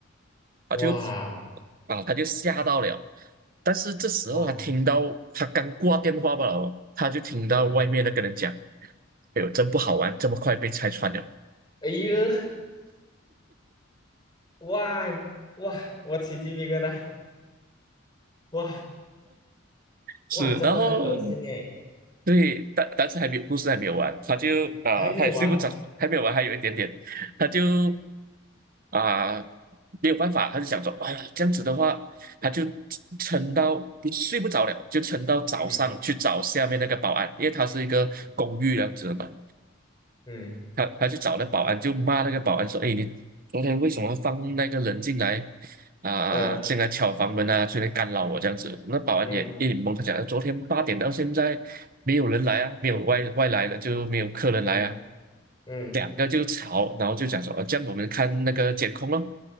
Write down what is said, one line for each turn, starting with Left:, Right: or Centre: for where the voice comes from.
Right: 啊，
Left: 哇
Right: 就啊，他就吓到了。但是这时候他听到他刚挂电话吧，
Left: 哇，
Right: 哦他就听到外面那个人讲：
Left: 嗯，
Right: “哎呦，真不好玩，这么快被拆穿了。”
Left: 哎呦，哇哇，我起鸡皮疙瘩，哇
Right: 是，
Left: 哇，真的很恶心诶，
Right: 然后对，但但是还没有故事还没有完，他就啊、
Left: 还没完，
Right: 他也睡不着，还没有完，还有一点点，他就啊、没有办法，他就想说，哎呀，这样子的话，他就撑到睡不着了，就撑到早上去找下面那个保安，
Left: 嗯
Right: 因为他是一个公寓这样子的嘛，
Left: 嗯嗯
Right: 他他就找那保安，就骂那个保安说：“哎，你昨天为什么放那个人进来啊啊啊进来敲房门啊，
Left: 嗯
Right: 进来干扰我这样子。”那保安也一脸懵，
Left: 嗯
Right: 他讲：“昨天八点到现在没有人来啊，没有外外来的就没有客人来啊。”
Left: 嗯嗯，
Right: 两个就吵，然后就讲说：“啊，这样我们看那个监控咯。”